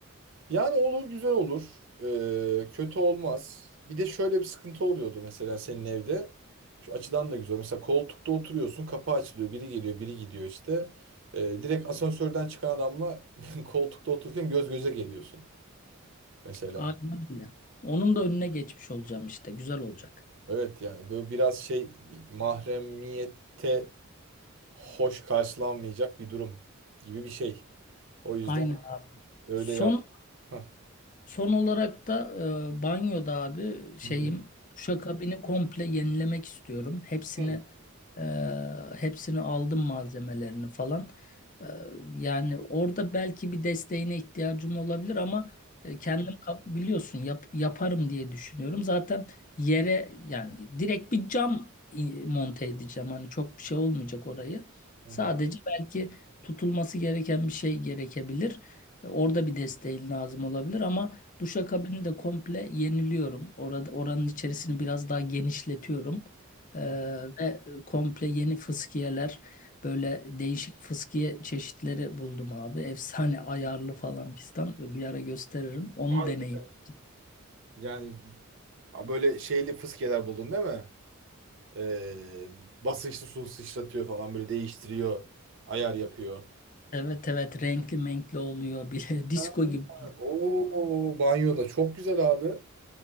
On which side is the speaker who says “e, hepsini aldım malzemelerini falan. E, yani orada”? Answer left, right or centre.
Left